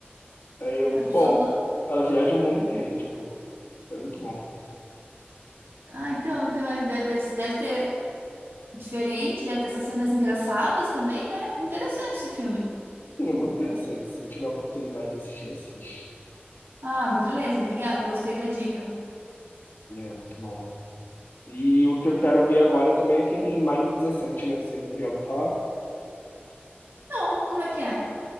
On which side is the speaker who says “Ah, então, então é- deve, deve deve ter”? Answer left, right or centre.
Right